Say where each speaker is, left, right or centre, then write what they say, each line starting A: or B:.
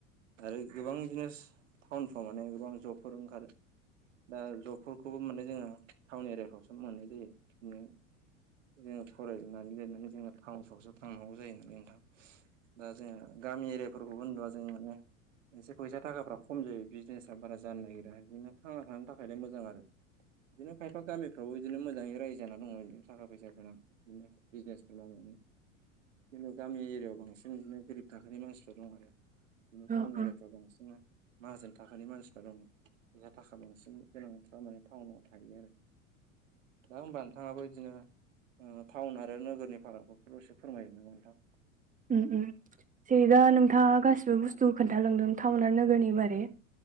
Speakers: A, on the right; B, on the right.
A: आरो गोबां बिदिनो टाउनफ्राव माने गोबां जबफोर ओंखारो दा जब खौबो मने जोंङो टाउन एरियाफ्रावसो मोननाय जायो बिदिनो जोंङो फरायनानै लिरनानै जोंङो टाउन सहरावसो थांनांगौ जायो नालाय नोंथां दा जोंङो गामि एरियाफोरखौबो होनबा जोंङो माने एसे फैसा थाखाफ्रा खम जायो बिजनेसा बारा जानो नागिरा बिदिनो थांना थानो थाखायलाय मोजां आरो बिदिनो खायफा गामिफ्रावबो बिदिनो मोजाङै रायजो जाना दङ' बिदिनो थाखा फैसा गोनां बिजनेस मावनानै जेने गामि एरियाआव बांसिन बिदिनो गोरिब थाखोनि मानसिफ्रा दं आरो बिदिनो
B: अ
A: टाउन एरियाफ्राव
B: अ
A: बांसिन माहाजोन थाखनि मानसिफ्रा दं जहा थाखा बांसिन गोनांफ्रा टाउनाव थायो आरो दा होनबा नोंथांङाबो बिदिनो टाउन आरो नोगोरनि फारागफोरखौल'सो फोरमायो नामा नोंथां
B: उम उम जै दा नोंथाङा गासिबो बुस्थुखौ खोन्थालांदों टाउन आरो नोगोरनि बारै